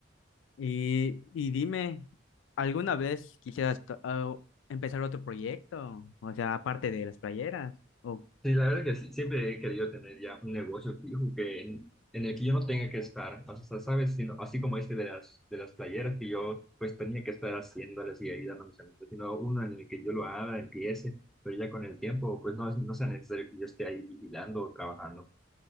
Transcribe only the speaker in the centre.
Sí, la verdad que sí, siempre he querido tener ya un negocio fijo que en, en el que yo no tenga que estar, o sea, sabes, Sino- así como este de las de las playeras que yo pues tenía que estar haciéndolas y ayudando a mis amigos, sino uno en el que yo lo abra, empiece, pero ya con el tiempo pues no, es- no sea necesario que yo esté ahí vigilando o trabajando.